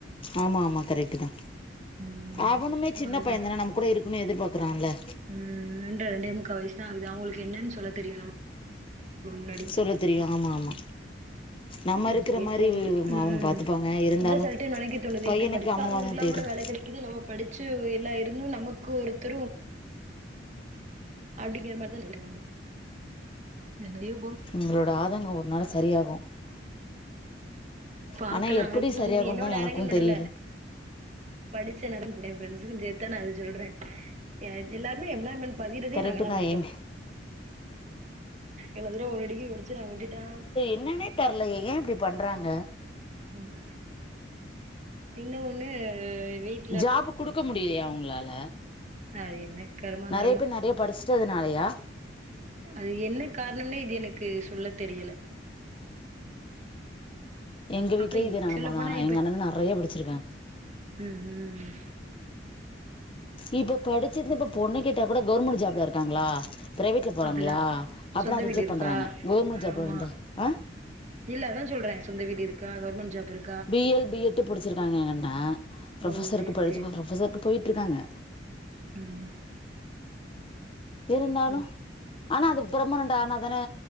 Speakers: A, on the left; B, on the right.
A: ஆமா ஆமா கரெக்ட்டு தா
B: ம்
A: அவனுமே
B: சோ
A: சின்னப்
B: அதுதா
A: பைய தானே நம்ம கூட இருக்குனுன் எதிர்பாக்றால
B: ம் ரெண்ர ரெண்டே முக்கா வயசு தா ஆகுது அவுங்ளுக்கு என்னென் சொல்லத் தெரினும் முன்னாடி
A: சொல்லத் தெரியு ஆமா ஆமா நம்ம
B: இப்டியே
A: இருக்கிற மாதிரி
B: போகுது ம்
A: அவங்க பார்த்துப்பாங்க இருந்தாலும்
B: அதா சொல்ட்டே நெனைக்க தோணுது
A: பையனுக்கு
B: இப்டி படிக்காதவங்களுக்கெல்லா
A: அம்மாவாக தான் தேடும்
B: கூட வேல கெடைக்கிது நம்ம படிச்ச எல்லா இருந்தும் நமக்கு ஒருத்தரு அப்பிடிங்கற மாரி தா திட்டுவாங்க என்னத்தியோ
A: ஒங்களோட ஆதங்கோ ஒரு நாள் சரியாகு
B: பாக்லாம்
A: ஆனால் எப்படி
B: ஆக்சுலா
A: சரியாகும்னு
B: இது என்னோட
A: தான் எனக்கும்
B: ஆதங்கோ மட்டு
A: தெரியல
B: இல்ல படிச்ச எல்லாரு கூட ஏ ஃப்ரண்ட்ஸ்க்கு சேத்து தா நா அது சொல்றே எ எல்லாருமே எம்பிளாய்மெண்ட் பகிறதே
A: கரெக்டு
B: நாங்கெல்லா
A: தான்
B: விட்டுட்டோ
A: எங்க
B: எல்லாத்தோட ஒரு டிகிரி முடிச்சற்ராங்க விட்டுட்டா
A: என்னான்னே தெர்லயே ஏ இப்டி பண்றாங்க
B: ம் இன்ன ஒன்னு வீட்
A: ஜாபு குடுக்க முடிலையா அவுங்ளால
B: அது என்ன கருமாந்திரமோ
A: நெறைய பேர் நெறைய படிச்சிட்டதுனாலயா
B: அது என்ன காரணம்னே இது எனக்கு சொல்லத் தெரியல
A: எங்க வீட்லயு
B: அப்ப
A: இதே நெலம
B: சொல்லப்போனா
A: தா ஆனா
B: இப்ப
A: எங்க அண்ணனு நெறைய படிச்சிருக்காங்க
B: ம் ம் ம்
A: இப்ப படிச்சிருந்து இப்ப பொண்ணு கேட்டா கூட கவர்மெண்ட் ஜாப்ல இருக்காங்களா பிரைவேட்ல போறாங்களா
B: அப்டிதா
A: அப்பனா
B: சொந்த
A: ரிஜெக்ட்
B: வீடு இருக்கா
A: பண்றாங்க கவுர்மெண்ட் ஜாப்லந்தா
B: ஆமா
A: ஆ
B: இல்ல அதா சொல்றே சொந்த வீடு இருக்கா கவர்மெண்ட் ஜாப் இருக்
A: பி எல் பி எட்டு படிச்சிருக்காங்க எங்கண்ணா ப்ரொஃபசர்க்கு
B: ஓ சேரி
A: படிச்சு
B: சேரி
A: இப்ப ப்ரொஃபஸர்க்கு போயிட்ருக்காங்க
B: ம்
A: இருந்தாலு
B: ம்
A: ஆனா அது பர்மனண்ட் ஆனா தானே